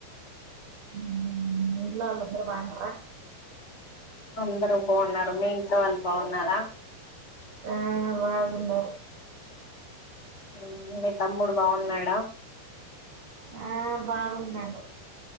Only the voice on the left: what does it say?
అందరూ బాగున్నారు మీ ఇంట్లో వాళ్ళు బాగున్నారా
హ్మ్ మీ తమ్ముడు బాగున్నాడా